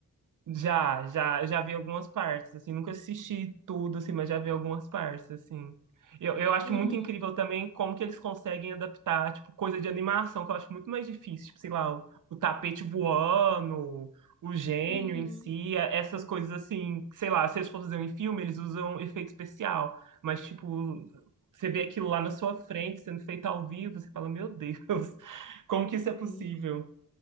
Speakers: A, on the right (about 65°); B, on the left (about 15°).
A: Já, já, eu já vi algumas partes, assim, nunca assisti tudo, assim, mas já vi algumas partes, assim. Eu, eu acho
B: Uhum,
A: muito incrível também como que eles conseguem adaptar, tipo, coisa de animação, que eu acho muito mais difícil, tipo, sei lá, o, o tapete voando, o gênio
B: uhum.
A: em si, a- essas coisas assim, que, sei lá, se eles for fazer em filme, eles usam efeito especial, mas, tipo, você vê aquilo lá na sua frente, sendo feito ao vivo, você fala, meu Deus, <laughs> como que isso é possível?
B: Sim.